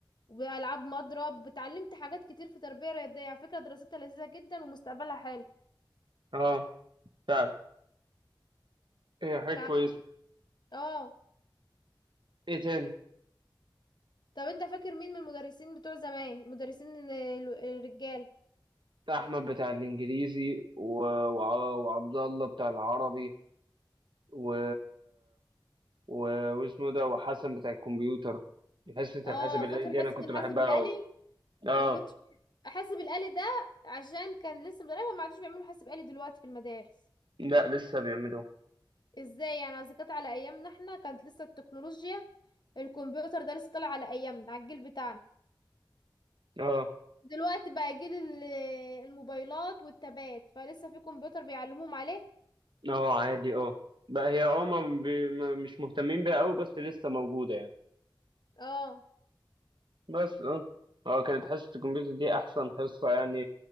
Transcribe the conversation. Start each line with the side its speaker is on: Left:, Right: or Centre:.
Left: وألعاب مضرب اتعلمت حاجات كتير في تربية رياضية على فكرة دراستها لذيذة جدا ومستقبلها حلو
Right: أه فعلا هي حاجة
Left: اتعلمت
Right: كويسة
Left: اه
Right: إيه تاني؟
Left: طب انت فاكر مين من المدرسين بتوع زمان المدرسين ال- الرجال
Right: أحمد بتاع الإنجليزي و... وع- وعبد الله بتاع العربي و... و... واسمه ده وحسن بتاع الكمبيوتر حصة
Left: اه
Right: الحاسب الآلي
Left: فاكر
Right: دي
Left: حصة
Right: أنا كنت
Left: الحاسب
Right: بحبها
Left: الآلي
Right: أوي أه
Left: انا كنت حاسب الآلي ده عشان كان لسه مدرسة ما عادوش بيعملوا حاسب آلي دلوقتي في المدارس
Right: لا لسه بيعملوها
Left: ازاي يعني اذا كانت على ايامنا احنا كانت لسه التكنولوجيا الكمبيوتر ده لسه طالع على ايامنا على الجيل بتاعنا
Right: أه
Left: دلوقتي بقى جيل ال- الموبايلات والتابات فلسه في كمبيوتر بيعلموهم عليه
Right: أه عادي أه بقى هي أه ما بي... ما- مش مهتمين بيها أوي بس لسه موجودة يعني
Left: اه
Right: بس اه هو كانت حصة الكمبيوتر دي أحسن حصة يعني